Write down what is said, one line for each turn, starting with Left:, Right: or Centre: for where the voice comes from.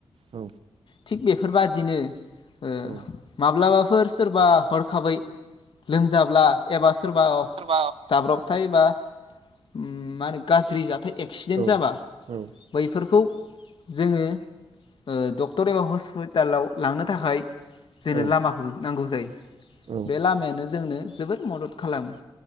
Right: औ
Left: थिग बेफोरबादिनो ओ
Right: औ
Left: माब्लाबाफोर सोरबा हरखाबै लोमजाब्ला एबा सोरबा
Right: सोरबा
Left: जाब्रबथाय बा उम माहोनो गाज्रि जाथाय एक्सिडेन्ट
Right: औ
Left: जाबा
Right: औ
Left: बैफोरखौ जोङो ओ डक्टर एबा हस्पिटालाव लांनो थाखाय जोंनो
Right: औ
Left: लामाखौ नांगौ जायो
Right: औ
Left: बे लामायानो जोंनो जोबोद मदद खालामो